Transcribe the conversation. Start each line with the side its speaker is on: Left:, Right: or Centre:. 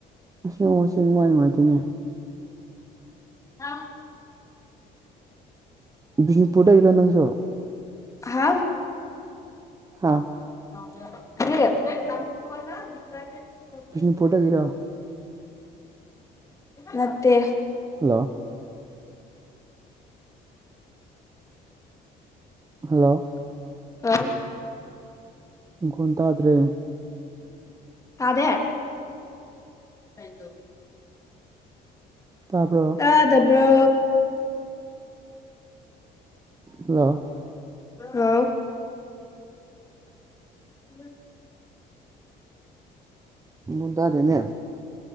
Right: ꯉ ꯃꯍꯁꯦ ꯅꯨꯡꯉꯥꯏ ꯅꯨꯡꯉꯥꯏꯇꯣꯏꯅꯦ
Left: ꯑ
Right: ꯕꯤꯁꯅꯨꯄꯨꯔꯗ ꯍꯔꯗꯪꯁꯨꯣ
Left: ꯍꯥ
Right: ꯑꯥ
Left: ꯌꯦ
Right: ꯄꯕꯤꯁꯅ ꯐꯣꯇꯣꯛꯒꯔꯑꯣ
Left: ꯅꯠꯇꯦ
Right: ꯍꯜꯂꯣ ꯍꯜꯂꯣ
Left: ꯑ
Right: ꯈꯣꯟ ꯇꯥꯗ꯭ꯔꯦ
Left: ꯀꯗ ꯍꯥꯏꯀꯦ
Right: ꯇꯥꯕ꯭ꯔꯣ
Left: ꯇꯥꯗꯕ꯭ꯔꯣ
Right: ꯍꯜꯂꯣ
Left: ꯑꯥꯎ ꯎꯝ
Right: ꯃꯗꯥ ꯑꯗꯨꯅꯦ